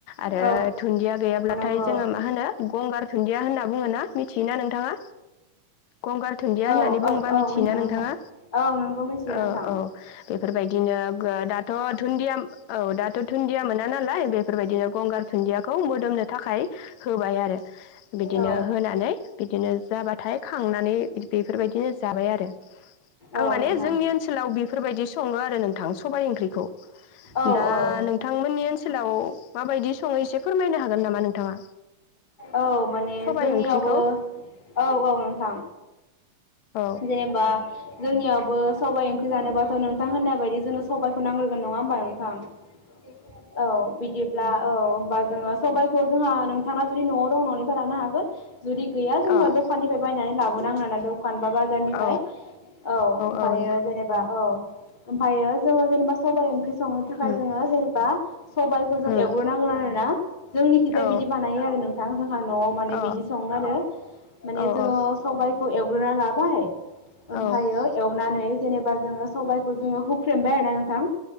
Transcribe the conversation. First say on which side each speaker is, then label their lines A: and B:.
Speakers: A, on the left (about 70°); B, on the left (about 25°).
A: आरो
B: औ
A: दुन्दिया गैयाब्लाथाय
B: नंगौ
A: जोङो मा होनो गंगार दुन्दिया होनना बुङो ना। मिथियोना नोंथाङा? गंगार दुन्दिया
B: औ
A: होननानै
B: औ
A: बुङोबा
B: औ
A: मिथियोना
B: मिथिगौ नोंथां
A: नोंथाङा?
B: औ नोंगौ मिथियो
A: औ
B: नोंथां
A: औ। बेफोरबायदिनो गोदा दाथ' दुन्दिया औ दाथ' दुुनन्दिया मोना नालाय बेफोरबायदिनो गंगार दुन्दियाखौ मोदोमनो थाखाय होबाय आरो बिदिनो
B: औ
A: होनानै बिदिनो जाबाथाय खांनानै बेफोरबायदिनो जाबाय आरो। आं
B: औ
A: माने
B: नोंथां
A: जोंनि ओनसोलाव बे बेफोरबायदि सङो आरो नोंथां सबाय ओंख्रि। खौ
B: औ
A: दा
B: औ
A: नोंथांमोननि ओन सोलाव माबायदि सङो एसे फोरमायनो हागोन नामा नोंथाङा?
B: औ माने
A: सबाइ
B: जोंनियावबो
A: ओंख्रिखौ
B: औ औ नोंथां
A: औ
B: जेनेबा जोंनियाव बो सबाय ओंख्रि जोनोबा थ' नोंथां होननाय बायदि जोंनो सबायखौ नांग्रोगोन नङा होमबा? थां <inaudible> औ बिदिब्ला औ होमबा जोङो सबाय खौ जोंहा नोंथाङा जुदि न'आव दं न'निफ्राय लानो हागोन जुदि गैया जों
A: अ
B: बा दखाननिफ्राय बाय नानै लाबोनां <inaudible> दखान बा बाजारनिफ्राय
A: औ
B: औ ओमफायो
A: औ नोंथां
B: जेनेबा औ फायो जोङो जेनेबा सबाय ओंख्रि संनो थाखाय
A: उम
B: जोङो जेनेबा सबायाखो जों
A: उम
B: एवग्रोनांगो आरोना जोंनि खिजाय
A: औ
B: बिदि बानायो आरो नोंथां जोंहा न'आव माने
A: अ औ
B: बिदि सङो आरो
A: औ
B: माने जोङो
A: औ
B: सबाय। ए गुरना लाबाय ओमफायो
A: औ
B: एवनानै जेनेबा जोङो सबायखौ जोङो हुख्रेमबाय आरो ना नोंथां।